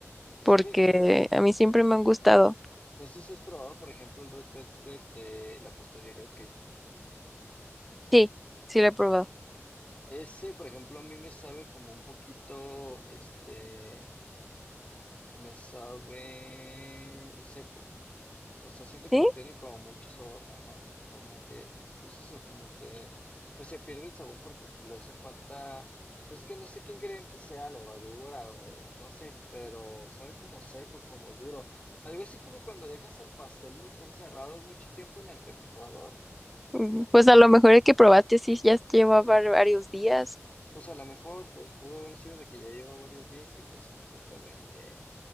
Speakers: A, on the left; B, in the centre.
A: Es
B: porque
A: que,
B: a mí siempre me han gustado.
A: no sé si has probado, por ejemplo, el Red Velvet de la pastelería, ok.
B: Sí, sí lo he probado.
A: Ese, por ejemplo, a mí me sabe como un poquito, este, me sabe seco. O sea, siento que
B: ¿Sí?
A: no tiene como mucho sabor, ajá, y como que, pues eso, como que, pues se pierde el sabor porque le hace falta, pues que no sé qué ingrediente sea, levadura o no sé, pero sabe como seco, como duro. Algo así como cuando dejas el pastel muy encerrado mucho tiempo en el refrigerador,
B: Mm, Pues a lo mejor el que probaste sí ya llevaba varios días.
A: pues a lo mejor pu- pudo haber sido de que ya lleva varios días y pues justamente,